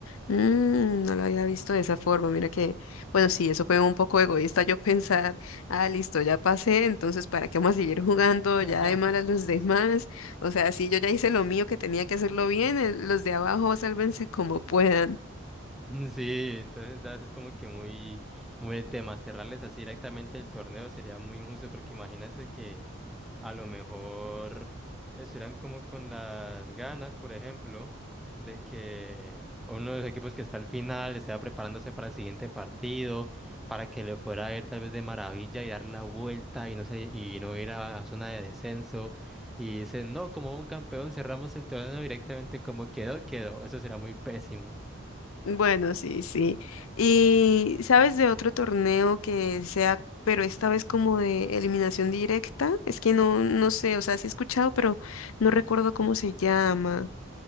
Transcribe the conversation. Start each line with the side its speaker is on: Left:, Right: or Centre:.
Left: Mm, no lo había visto de esa forma. Mira que, bueno, sí, eso fue un poco egoísta yo <laughs> pensar, ah, listo, ya pasé, entonces, ¿para qué vamos a seguir jugando
Centre: <laughs>
Left: ya de mal a los demás? O sea, sí, yo ya hice lo mío que tenía que hacerlo bien, el- los de abajo sálvense como puedan.
Centre: <laughs> Sí, entonces das es como que muy, muy el tema. Cerrarles así directamente el torneo sería muy injusto porque imagínense que a lo mejor estuvieran como con las ganas, por ejemplo, de que uno de los equipos que está al final estaba preparándose para el siguiente partido, para que le fuera a ir tal vez de maravilla y dar la vuelta y no sé, y no ir a zona de descenso. Y dicen, no, como un campeón cerramos el torneo directamente como quedó, quedó. Eso será muy pésimo.
Left: Bueno, sí, sí. ¿Y sabes de otro torneo que sea, pero esta vez como de eliminación directa? Es que no, no sé, o sea, sí he escuchado, pero no recuerdo cómo se llama.